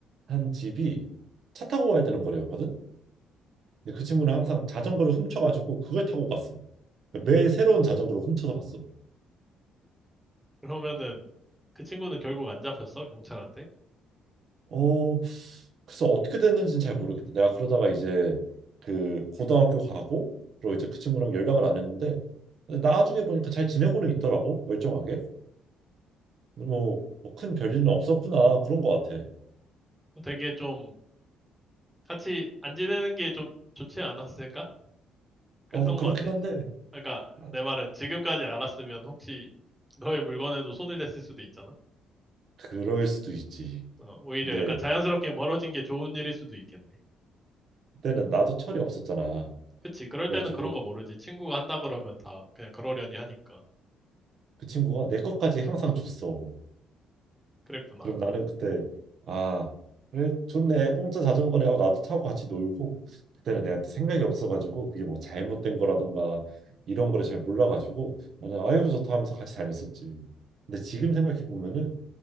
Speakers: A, on the right; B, in the centre.
A: 한 집이 차 타고 가야 되는 거리였거든. 근데 그 친구는 항상 자전거를 훔쳐가지고 그걸 타고 갔어. 매 새로운 자전거를 훔쳐서 갔어.
B: 그러면은 그 친구는 결국 안 잡혔어, 경찰한테?
A: 어, 글쎄 어떻게 됐는지는 잘 모르겠다. 내가 그러다가 이제 그 고등학교 가고 그리고 이제 그 친구랑 연락을 안 했는데 근데 나중에 보니까 잘 지내고는 있더라고 멀쩡하게. 뭐, 뭐 큰 별일은 없었구나 그런 거 같아.
B: 그거 되게 좀 같이 안 지내는 게 좀 좋지 않았을까? 그랬던
A: 어 그렇긴
B: 것 같아.
A: 한데
B: 그러니까
A: 아,
B: 내 말은 지금까지 알았으면 혹시 너의 물건에도 손을 댔을 수도 있잖아.
A: 그럴 수도 있지.
B: 어, 오히려
A: 근데
B: 약간 자연스럽게 멀어진 게 좋은 일일 수도 있겠네.
A: 그때는 나도 철이 없었잖아.
B: 그치, 그럴
A: 그래가지고
B: 때는 그런 거 모르지. 친구가 한다 그러면 다 그냥 그러려니 하니까.
A: 그 친구가 내 것까지 항상 줬어.
B: 그랬구나.
A: 그럼 나는 그때 아 그래 좋네 공짜 자전거네 하고 나도 타고 같이 놀고 그때는 내가 생각이 없어가지고 그게 뭐 잘못된 거라던가 이런 거를 잘 몰라가지고 나는 아이고 좋다 하면서 같이 다녔었지 근데 지금 생각해 보면은